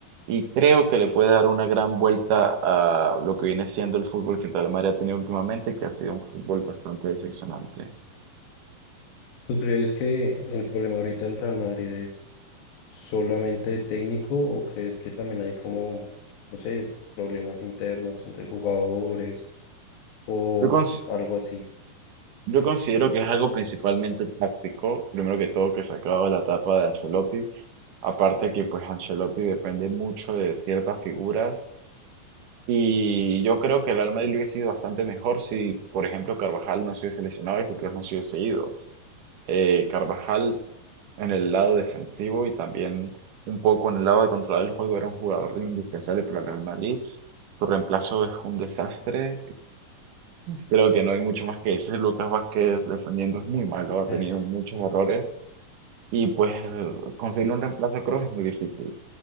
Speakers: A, on the right; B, on the left.
A: y creo que le puede dar una gran vuelta a lo que viene siendo el fútbol que el Real Madrid ha tenido últimamente, que ha sido un fútbol bastante decepcionante.
B: ¿Tú crees que el problema ahorita del Real Madrid es solamente de técnico o crees que también hay como, no sé, problemas internos entre jugadores o
A: Yo, cons-
B: algo así?
A: Yo considero que es algo principalmente táctico, primero que todo que se ha acabado la etapa de Ancelotti, aparte que pues Ancelotti depende mucho de ciertas figuras y yo creo que el Real Madrid hubiese sido bastante mejor si, por ejemplo, Carvajal no se hubiese lesionado y si Kroos no se hubiese ido. Eh, Carvajal en el lado defensivo y también un poco en el lado de controlar el juego era un jugador indispensable para el Real Madrid. Su reemplazo es un desastre Creo que no hay mucho más que decir. Lucas Vázquez defendiendo es muy malo, ha
B: Eh,
A: tenido muchos errores y pues conseguir un reemplazo creo que es muy difícil.